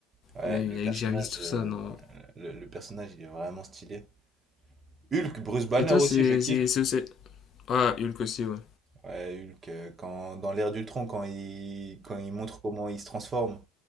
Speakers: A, on the right; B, on the left.
A: Ouais,
B: Mais oui,
A: le
B: avec
A: personnage,
B: Jarvis, tout
A: euh,
B: ça, non.
A: le, le personnage il est vraiment stylé. Hulk, Bruce Banner
B: Et toi,
A: aussi,
B: c'est.
A: je kiffe.
B: c'est- c'est- c'est- Ah, Hulk aussi, ouais.
A: Ouais, Hulk, euh, quand, dans l'ère d'Ultron, quand il, quand il montre comment il se transforme.